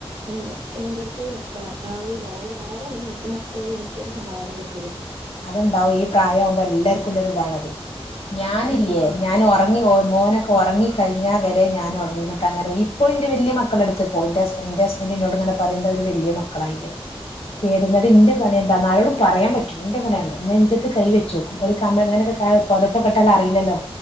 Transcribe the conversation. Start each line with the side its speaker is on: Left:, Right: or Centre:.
Right: ഇന്റെ ഇവന്റെടുത്ത് നിൽക്കണം ആവൂലാ ആര് ആരേ നിർത്തല് എനിക്കൊരു സമാധാനം കിട്ടു ട്ടൂല
Left: അത്ണ്ടാവും ഈ പ്രായാവുംമ്പോ എല്ലാർക്കുംള്ളൊരു ഇതാണത് ഞാനില്ലേ.
Right: ആഹ്
Left: ഞാൻ ഉറങ്ങി മോനൊക്കെ ഉറങ്ങി കഴിഞ്ഞാൽ വരെ ഞാനൊണർന്നിട്ടങ്ങനെ ഇപ്പോഴും ഇന്റെ വല്ല്യ മക്കളെടുത്ത്. പ്പോയ് ന്റെ ഹസ്ബന്ഡിന്നോടിങ്ങനെ പറയും ന്താവര് വല്ല്യേ മക്കളായിലേ <unintelligible> എന്റെ പണി എന്താന്നാ ആരോടും പറയാൻ പറ്റും ഇന്റെപ്പം ണ്ടേന്ന് നെഞ്ചത്ത് കൈ വെച്ചോക്കും ഒരു കമ്മിഴ്നേനൊക്കേ കഴ് പൊതപ്പൊക്കെട്ടാലറീല്ലല്ലോ.